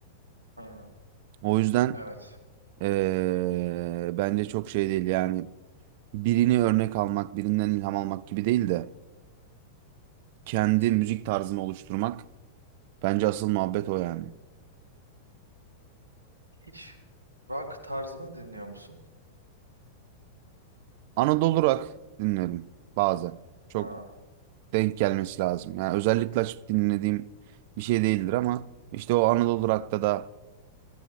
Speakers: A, on the right (about 85°); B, on the right (about 50°).
A: Hı,
B: O yüzden
A: evet.
B: eee, bence çok şey değil yani. Birini örnek almak, birinden ilham almak gibi değil de kendi
A: Evet.
B: müzik tarzını oluşturmak bence asıl muhabbet o yani.
A: Hiç rock tarzını dinliyor musun?
B: Anadolu rock dinlerim bazen. Çok
A: Ha,
B: denk gelmesi lazım. Yani özellikle açıp dinlediğim bir şey değildir ama işte o Anadolu Rock'ta da